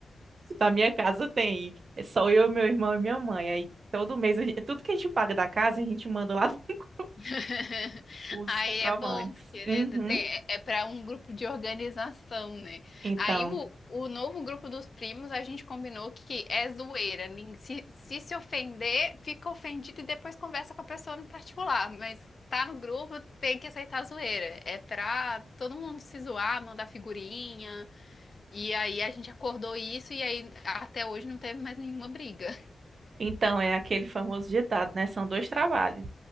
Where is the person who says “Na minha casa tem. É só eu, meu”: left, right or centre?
Right